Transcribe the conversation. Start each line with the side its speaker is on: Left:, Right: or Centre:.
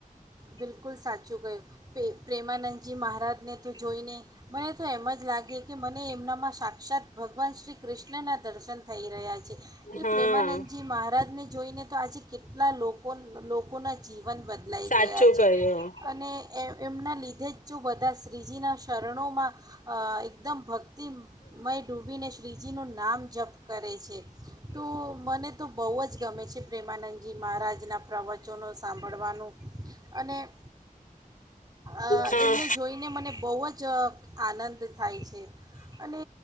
Right: બિલકુલ સાચું ક પ્રે પ્રેમાનંદ જે મહારાજને તો જોઈને મને તો એમ જ લાગે કે મને એમના મસા ક્ષાત ભગવાન શ્રી કૃષ્ણના દર્શન થઈ રહ્યા છે. એ
Left: હા
Right: પ્રેમાનંદજી મહારાજને જોઈને તો આજે કેટલા લોકો લોકોના જીવન બદલાઈ
Left: સાચું
Right: ગયા
Left: કહ્યું
Right: અને એમ ના લીધે જ જો બધા શ્રીજીનાં શરણોમાં અહ એકદમ ભક્તિમય ડૂબીને શ્રીજીનું નામ જપ કરે છે. તો મને તો બહુ જ ગમે છે. પ્રેમાનંદજી મહારાજ ના પ્રવચનોનો સાંભળવાનું. અને અહ
Left: હા
Right: એમને જોઈને મને બહુ જ આનંદ થાય છે. અને